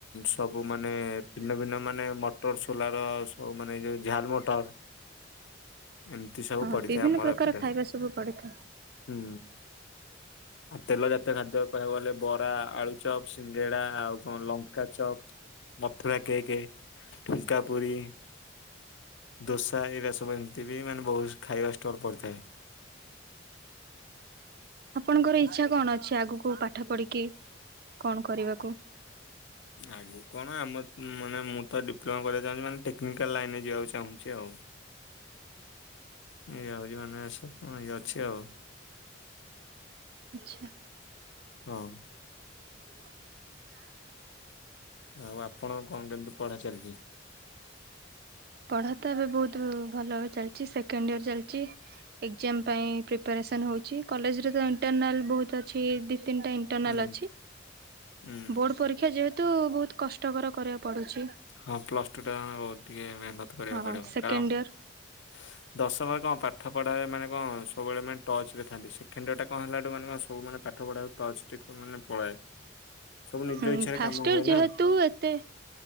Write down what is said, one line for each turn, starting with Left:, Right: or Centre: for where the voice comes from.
Left: ସବୁ ମାନେ ଭିନ୍ନ ଭିନ୍ନ ମାନେ ମଟର ସୋଲର। ହଉ ମାନେ ଯୋଉ ଝାଲ ମଟର। ଏମିତି ସବୁ
Right: ହଁ
Left: ପଡିଥାଏ
Right: ବିଭିନ୍ନ
Left: ଆମର
Right: ପ୍ରକାର
Left: ଏପଟେ,
Right: ଖାଇବା ସବୁ ପଡିଥାଏ
Left: ହୁଁ। ଆଉ ତେଲ ଜାତୀୟ ଖାଦ୍ୟ କହିବାକୁ ଗଲେ ବରା ଆଳୁ ଚପ୍ ସିଙ୍ଗେଡା ଆଉ କଣ ଲଙ୍କା ଚପ୍। ମଥୁର କେକେ ଠୂଙ୍କା ପୁରି। ଦୋସା ଏଇରା ସବୁ ଏମିତି ବି ମାନେ ବହୁତ ଖାଇବା ଷ୍ଟଲ ପଡିଥାଏ।
Right: ଆପଣଙ୍କର ଇଚ୍ଛା କଣ ଅଛି ଆଗକୁ ପାଠ ପଢିକି କଣ କରିବାକୁ।
Left: ଆଗୁକୁ କଣ ଆମ ମାନେ ମୁଁ ତ ଡିପ୍ଲୋମା କରିବାକୁ ଚାହୁଁଛି ମାନେ ଟେକ୍ନିକାଲ ଲାଇନ ରେ ଯିବାକୁ ଚାହୁଁଛି ଆଉ। ଏଇଆ ହଉଛି ମାନେ ସପ୍ନ ଇଏ ଅଛି ଆଉ।
Right: ଆଚ୍ଛା।
Left: ହଁ।
Right: <unintelligible>
Left: ଆଉ ଆପଣ କଣ କେମିତି ପଢା ଚାଲିଛି।
Right: ପଢ଼ା ତ ଏବେ ବହୁତ ଭଲ ଚାଲିଚି ସେକେଣ୍ଡ ଇୟର ଚାଲିଚି। ଏକ୍ଜାମ ପାଇଁ ପ୍ରିପାରେସନ୍ ହଉଛି କଲେଜରେ ତ ଇଣ୍ଟରନାଲ୍ ବହୁତ ଅଛି ଦି ତିନିଟା। ଇଟର୍ନାଲ
Left: ହୁଁ
Right: ଅଛି
Left: ହୁଁ
Right: ବୋର୍ଡ଼ ପରୀକ୍ଷା ଯେହେତୁ ବହୁତ କଷ୍ଟକର କରିବାକୁ ପଡ଼ୁଛି।
Left: ହଁ ପ୍ଲସ ଟୁ ଟା ବହୁତ ଟିକେ ମେହନତ କରିବାକୁ
Right: ହଁ
Left: ପଡିବ
Right: ସେକେଣ୍ଡ
Left: କାରଣ।
Right: ଇୟର
Left: ଦଶମ ରେ କଁ ପାଠ ପଢାରେ ମାନେ କଁ ସବୁ ବେଳେ ମାନେ ଟଚ ରେ ଥାନ୍ତି ସେକେଣ୍ଡ ୟର ଟା କଁ ହେଲାୁ ଠୁ ମାନେ ସବୁ ମାନେ ପା ପାଠ ପଢ଼ା ରୁ ଟଚ ଟିକୁ ମାନେ ପଳାଏ। ସବୁ ନିଜ
Right: ହୁଁ
Left: ଇଚ୍ଛାରେ
Right: ଫାଷ୍ଟ
Left: କାମ ହୁଏ
Right: ୟର ଯେହେତୁ
Left: ନା
Right: ଏ ଏତେ